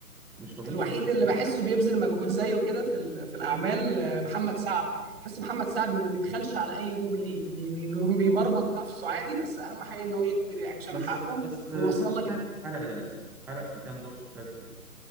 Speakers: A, in the centre; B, on the right.
A: مش طبيعي
B: الوحيد اللي بحسه بيبذل مجهود زيه كده في ال- في الاعمال آه، محمد سعد بحس محمد سعد ما بيبخلش على اي دور ليه بي بي بيمرمط نفسه عادي بس اهم حاجه ان هو يدي رياكشن
A: بس
B: حقه
A: بس محمد
B: ويوصل لك
A: سعد اتحرق للاسف اتحرق في كام دور سخاف كده